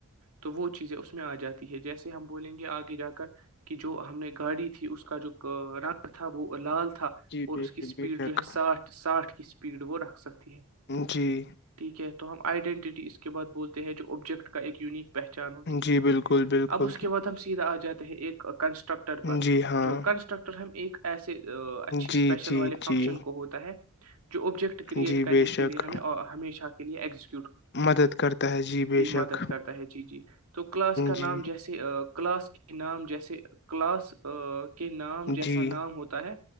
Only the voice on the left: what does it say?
جی
بے
شک
بے شک
جی
جی بالکل بالکل
جی ہاں
جی
جی
جی
جی
بے
شک
مدد کرتا ہے جی بے شک
جی
جی